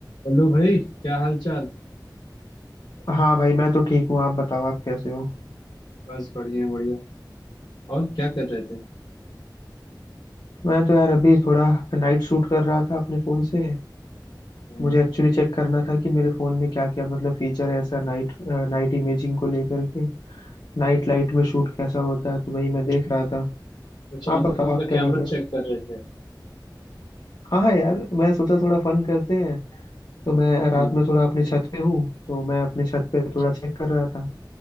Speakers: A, on the left; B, on the left.
A: Hello भाई क्या हाल चाल
B: हाँ भाई मैं तो ठीक हूँ आप बताओ आप कैसे हो
A: बस बढ़िया बढ़िया और क्या कर रहे थे
B: मैं तो यार अभी थोड़ा नाइट शूट कर रहा था अपने फ़ोन से
A: हम्म
B: मुझे एक्चुअली चेक करना था कि मेरे फ़ोन में क्या क्या मतलब फीचर है ऐसा नाइट नाइट इमेजिंग को लेकर के नाइट लाइट में शूट कैसा होता है तो वही मैं देख रहा था
A: कुछ मतलब
B: आप बताओ
A: फोन
B: आप
A: का
B: क्या
A: कैमरा
B: कर रहे हो
A: चेक कर रहे थे
B: हाँ हाँ यार मैं सोचा थोड़ा फन करते हैं तो मैं
A: हम्म
B: रात में थोड़ा अपने छत पे हूँ तो मैं अपने छत पे थोड़ा चेक कर रहा था